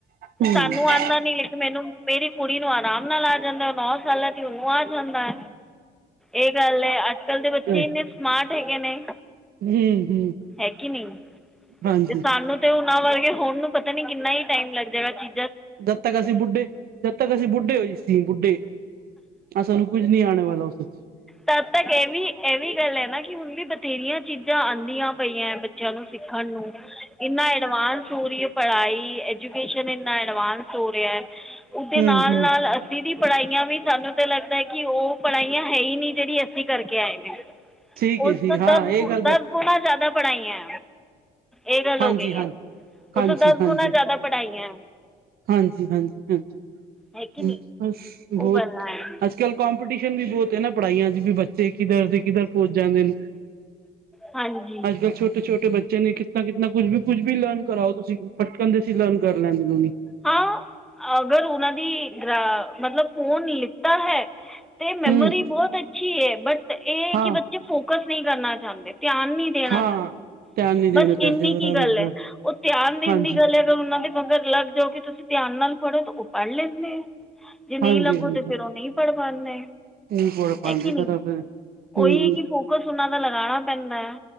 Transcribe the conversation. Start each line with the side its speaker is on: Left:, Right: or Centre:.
Right: ਹੂੰ-ਹੂੰ-ਹੂੰ-ਹੂੰ
Centre: ਸਾਨੂੰ ਆਂਦਾ ਨਈ ਮੈਨੂੰ ਮੇਰੀ ਕੁੜੀ ਨੂੰ, ਆਰਾਮ ਨਾਲ ਆ ਜਾਂਦਾ, ਬਾਰਾਂ ਸਾਲਾਂ ਦੀ ਉਹਨੂੰ ਆ ਜਾਂਦਾ ਇਹ ਗੱਲ ਏ, ਅੱਜ- ਕੱਲ ਦੇ ਬੱਚੇ
Right: ਐ
Centre: ਇੰਨੇ ਸਮਾਰਟ ਹੈਗੇ ਨੇ
Right: ਹੂੰ-ਹੂੰ
Centre: ਹੈ ਕੀ ਨਹੀਂ,
Right: ਹਾਂਜੀ
Centre: ਤੇ ਪਾ ਲੋਂ ਤੇ, ਉਹਨਾਂ ਵਰਗੇ ਹੋਣ ਨੂੰ, ਪਤਾ ਨੀ ਕਿੰਨਾ ਹੀ ਟਾਈਮ ਲੱਗ ਜਾਏਗਾ ਜੇ
Right: ਤੱਦ ਤਕ, ਅਸੀਂ ਬੁੱਢੇ ਜਦ ਤੱਕ ਅਸੀਂ, ਬੁੱਢੇ ਹੋਏ ਸੀ। ਬੁੱਢੀ, ਤਾ ਸਾਨੂੰ ਕੁੱਝ ਨੀ ਆਣੇ ਵਾਲਾ ਉਸ ਚ
Centre: ਤਦ ਤੱਕ ਇਹ ਵੀ ਇਹ ਵੀ, ਗੱਲ ਹੈ ਨਾ ਕਿ ਹੁਣ ਵੀ ਬਥੇਰੀਆਂ ਚੀਜ਼ਾਂ ਆਦੀਆਂ ਪਈਆਂ ਚਲੋ ਸਿੱਖਣ ਨੂੰ ਇੰਨਾ ਐਡਵਾਂਸ ਹੋ ਰਹੀ ਈ ਪੜ੍ਹਾਈ, ਐਜੂਕੇਸ਼ਨ ਇੰਨਾ ਐਡਵਾਂਸ ਹੋ ਰਿਹਾ ਉਹਦੇ,
Right: ਹੂੰ-ਹੂੰ-ਹੂੰ
Centre: ਨਾਲ- ਨਾਲ ਅ ਦੀਦੀ ਪੜ੍ਹਾਈਆਂ ਵੀ ਸਾਨੂੰ ਤੇ ਲੱਗਦਾ ਹੈ ਕਿ, ਉਹ ਪੜ੍ਹਾਈਆਂ ਹੈ ਹੀ ਨਈ, ਜਿਹੜੀ ਅਸੀਂ ਕਰਕੇ ਆਏ ਆ
Right: ਠੀਕ
Centre: ਹੁਣ
Right: ਹੈ ਠੀਕ
Centre: ਤਾ, ਦਸ
Right: ਹਾਂ ਇਹ ਗੱਲ ਬ
Centre: -ਦਸ ਗੁਣਾਾਂ ਜ਼ਿਆਦਾ ਪੜ੍ਹਾਈਆਂ ਏ ਗੱਲ
Right: ਹਾਂਜੀ
Centre: ਹੋ ਗਈ
Right: ਹਾਂਜੀ
Centre: ਹੈ, ਉਸ
Right: ਹਾਂਜੀ
Centre: ਤੋਂ ਦਸ
Right: ਹਾਂਜੀ
Centre: ਗੁਣਾ ਜ਼ਿਆਦਾ ਪੜ੍ਹਾਈਆ
Right: ਹਾਂਜੀ ਹਾਂਜੀ ਹਾਂਜੀ
Centre: ਹੈ ਕਿ ਨਹੀਂ
Right: ਹੂ ਬਸ ਬਹੁਤ
Centre: ਉਹ ਗੱਲਾਂ ਹੈ
Right: ਅਛਾ ਕੱਲ੍ਹ ਕਪੀਟੀਸ਼ਨ ਵੀ ਬਹੁਤ ਹੈ ਨਾ ਪੜ੍ਹਾਈਆਂ ਚੋਂ ਵੀ ਬੱਚੇ ਕਿੱਧਰ ਦੇ ਕਿੱਧਰ ਪੁੱਜ ਜਾਂਦੇ ਨੇ
Centre: ਹਾਂਜੀ
Right: ਅੱਜ ਕੱਲ ਛੋਟੇ ਛੋਟੇ ਬੱਚੇ ਨੇ ਕਿਥ ਤਾ ਕਿਤਨਾ ਕੁੱਝ ਵੀ ਲਰਨ ਕਰਾਓ ਤੁਸੀਂ ਫਟਕਣ ਦੇ ਸੀ ਲਰਨ ਕਰ ਲੈਂਦੇ ਨੇ ਉਨੂੰ
Centre: ਹਾਂ, ਅਗਰ ਉਹਨਾਂ ਦੀ ਰਾ ਮਤਲਬ ਫੋਨ ਲਿੱਤਾ ਹੈ ਤੇ ਮੈਮੋਰੀ
Right: ਹਮ
Centre: ਬਹੁਤ ਅੱਛੀ ਹੈ, ਬਟ ਇਹ
Right: ਹਾਂ
Centre: ਕਿ ਬੱਚੇ ਫੋਕਸ ਨਹੀਂ ਕਰਨਾ ਚਾਹਦੇ ਧਿਆਨ ਨਹੀਂ ਦੇਣਾ
Right: ਹਾਂ
Centre: ਚਾਹਦੇ,
Right: ਧਿਆਨ ਨਹੀਂ ਦੇਣਾ
Centre: ਬਸ
Right: ਚਾਹੁੰਦੇ
Centre: ਇੰਨੀ
Right: ਬਰਾਬਰ
Centre: ਕੀ ਗੱਲ
Right: ਬਰ
Centre: ਹੈ, ਉਹ ਧਿਆਨ ਦੇਣ
Right: ਹਾਂਜੀ
Centre: ਦੀ ਗੱਲ ਹੈ ਤੋ ਉਹਨਾਂ ਦੇ ਮਗਰ ਲੱਗ ਜਾਓ ਕਿ ਤੁਸੀਂ ਧਿਆਨ ਨਾਲ ਪੜ੍ਹੋ ਤਾਂ ਉਹ ਪੜ੍ਹ ਲੈਂਦੇ ਆ ਜੇ ਨਈ
Right: ਹਾਂਜੀ
Centre: ਲੱਗੋ
Right: ਹਾਂਜੀ
Centre: ਤੇ ਫੇਰ ਉਹ ਨਹੀਂ ਪੜ ਪਾਦੇ
Right: ਨਹੀਂ ਪੜ ਪਾਉਂਦੇ
Centre: ਹੈ ਕਿ ਨਹੀਂ
Right: ਬਰਾਬਰ ਹਮ
Centre: ਉਹੀ
Right: ਹਮ
Centre: ਹੈ ਕਿ ਫੋਕਸ ਉਹਨਾ ਦਾ ਲਗਾਣਾ ਪੈਂਦਾ ਐ,